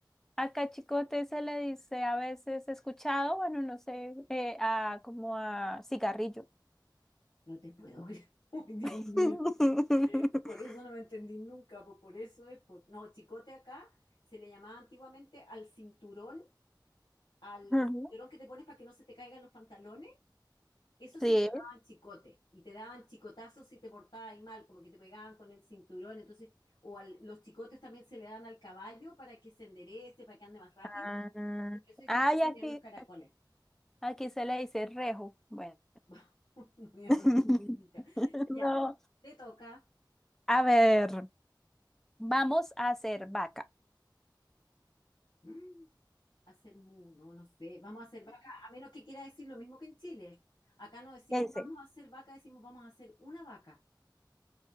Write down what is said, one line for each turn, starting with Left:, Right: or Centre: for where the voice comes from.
Centre: acá chicote se le dice a veces escuchado, bueno, no sé, eh, a como a cigarrillo.
Left: No te puedo creer. <laughs> Uy, Dios
Centre: <laughs>
Left: mío, por eso no me entendí nunca, pues por eso es, por... no, chicote acá se le llamaba antiguamente al cinturón, al
Centre: Ujú.
Left: cinturón que te pones para que no se te caigan los pantalones Eso se
Centre: Sí.
Left: llamaban chicote y te daban chicotazos si te portabas mal, como que te pegaban con el cinturón. Entonces, o al- los chicotes también se le dan al caballo para que se enderece, para que ande más rápido.
Centre: Ah,
Left: Por eso dicen
Centre: ah,
Left: chicotear
Centre: y aquí,
Left: los caracoles.
Centre: aquí se le dice rejo. Bueno,
Left: <laughs> No voy a
Centre: <laughs>
Left: mantener nunca. Ya,
Centre: no.
Left: te toca
Centre: A ver, vamos a hacer vaca.
Left: mm, hacer mu, no, no sé. Vamos a hacer vaca, a menos que quiera decir lo mismo que en Chile. Acá no decimos
Centre: ¿Qué dice?
Left: vamos a hacer vaca, decimos vamos a hacer una vaca.